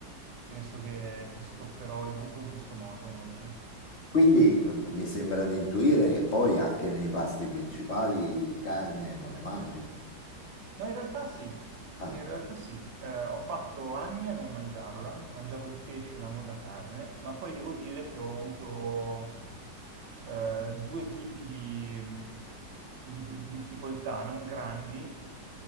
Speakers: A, on the right (about 85°); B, on the left (about 40°).
A: penso che, che stopperò il buco in questo modo oggi.
B: Quindi eh, mi sembra di intuire che poi anche nei pasti principali carne non le mangi.
A: No, in realtà sì,
B: Ah,
A: in realtà sì. Eh, ho fatto anni a non mangiarla, mangiavo il pesce ma non la carne, ma poi devo dire che ho avuto eh, due tipi di, di- di difficoltà, non grandi,